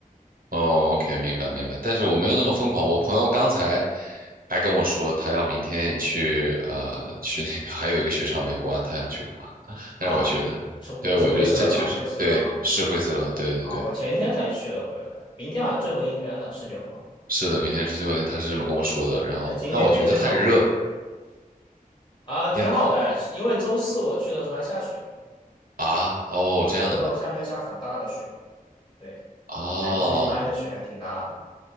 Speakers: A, on the right; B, on the left.
A: 哦，OK，明白明白，
B: 对
A: 但是我没有那么疯狂。我朋友刚才还跟我说，他要明天去呃去那个 <laughs> 还有一个雪场没关，他想去滑。但是我觉得，
B: 啊，是是威斯勒吗？
A: 对，我觉得这确实对是灰色了，
B: 惠斯勒吗？
A: 对对对，
B: 啊，我前天才去了回来，明天好像最后一天了，十九号，
A: 是的，明天是最后一天，他是这么跟我说的。
B: 对，
A: 然后，
B: 那今天天气好。
A: 但我觉得太热，
B: 啊，挺好的，
A: 那
B: 因为周四我去的时候还下雪，
A: 啊哦这样的吗？
B: 周四的时候下面下很大的雪，对，
A: 哦
B: 还不是一般的雪，还挺大的。